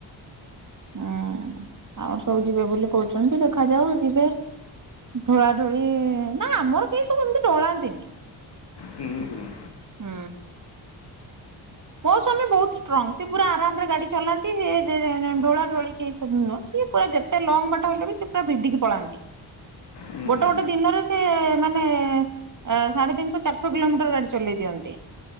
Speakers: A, on the right; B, on the left.
A: ହୁଁ ଆଉ ସବୁ ଯିବେ ବୋଲି କହୁଛନ୍ତି ତ ଦେଖାଯାଉ ଯିବେ। ଢୋଳାଢୋଳି ନା ଆମର କେହି ସବୁ ଏମିତି ଢୋଳାନ୍ତିନି।
B: ହୁଁ ହୁଁ।
A: ହୁଁ। ମୋ ସ୍ୱାମୀ ବହୁତ ଷ୍ଟ୍ରଙ୍ଗ, ସେ ପୁରା ଆରାମରେ ଗାଡି ଚଲାନ୍ତି ସେ ଢୋଳା ଢୋଳି କେହି ସବୁ ନୁହଁ, ସେ ପୁରା ଯେତେ ଲଙ୍ଗ ବାଟ ହେଲେ ବି ସେ ପୁରା ଭିଡିକି ପଳାନ୍ତି।
B: ହୁଁ
A: ଗୋଟେ
B: ହୁଁ ହୁଁ
A: ଗୋଟେ ଦିନରେ ସେ ମାନେ ଅ ସାଢ଼େ ତିନିଶହ ଚାରିଶହ କିଲୋମିଟର ଗାଡ଼ି ଚଲେଇ ଦିଅନ୍ତି।